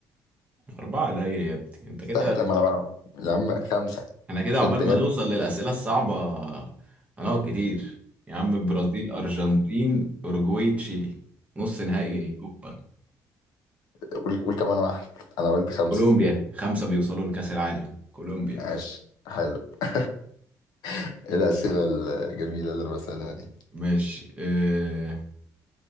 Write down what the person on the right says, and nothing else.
اربعه قليل يا ابني انت
كده
احنا كده
عقبال
ما
نوصل للاسئله الصعبه هنقعد كتير يا عم البرازيل ارجنتين اوروجواي تشيلي نص نهائي كوبا
كولومبيا خمسه بيوصلوا لكاس العالم كولومبيا
ماشي أه